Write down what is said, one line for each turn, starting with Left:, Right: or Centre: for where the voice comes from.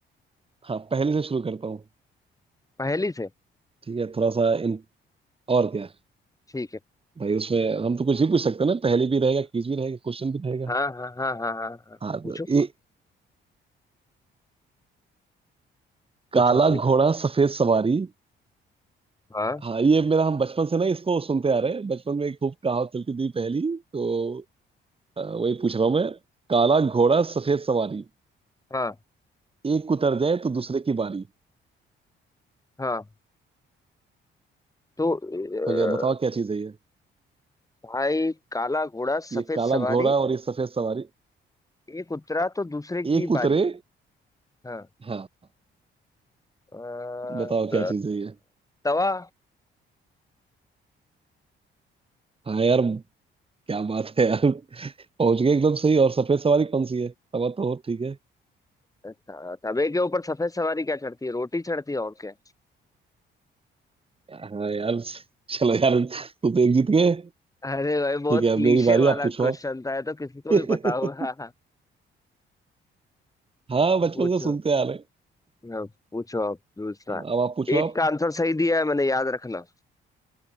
Right: हाँ पहली से शुरू करता हूँ
Left: पहली से
Right: ठीक है थोड़ा सा इन और क्या
Left: ठीक है
Right: भाई उसमें
Left: हम्म।
Right: हम तो कुछ भी पूछ सकते हैं ना पहली भी रहेगा क्विज भी रहेगा क्वेश्चन भी रहेगा
Left: हाँ हाँ हाँ हाँ हाँ हाँ
Right: हाँ
Left: पूछो
Right: तो ये
Left: पूछो
Right: काला
Left: कोई
Right: घोड़ा
Left: तो
Right: सफेद सवारी
Left: हाँ
Right: हाँ ये मेरा हम बचपन से ना इसको सुनते आ रहे हैं बचपन में खूब कहावत चलती थी पहली तो अ, वही पूछ रहा हूँ मैं काला घोड़ा सफेद सवारी
Left: हाँ
Right: एक उतर जाए तो दूसरे की बारी
Left: हाँ तो अ,
Right: हो गया बताओ क्या चीज है ये
Left: भाई काला घोड़ा सफेद
Right: ये काला
Left: सवारी
Right: घोड़ा और ये सफेद सवारी
Left: एक उतरा तो दूसरे की
Right: एक उतरे
Left: बारी हाँ
Right: हाँ
Left: अ,
Right: बताओ
Left: त,
Right: क्या चीज है ये
Left: तवा
Right: हाँ यार क्या बात है यार पहुंच गए एकदम सही और सफेद सवारी कौन सी है सवा तो हो ठीक है
Left: त- तवे के ऊपर सफेद सवारी क्या चढ़ती है रोटी चढ़ती है और क्या
Right: हाँ यार चलो यार तू तो एक जीत गए
Left: अरे भाई बहुत
Right: ठीक है अब
Left: क्लीशे
Right: मेरी बारी
Left: वाला
Right: आप पूछो
Left: क्वेश्चन था ये तो किसी
Right: आप
Left: को
Right: <laughs>
Left: भी पता होगा
Right: हाँ
Left: <laughs>
Right: बचपन
Left: पूछो
Right: से सुनते आ रहे हैं
Left: हाँ, पूछो आप दूसरा
Right: अब आप पूछो
Left: एक
Right: आप
Left: का आंसर सही दिया है मैंने याद रखना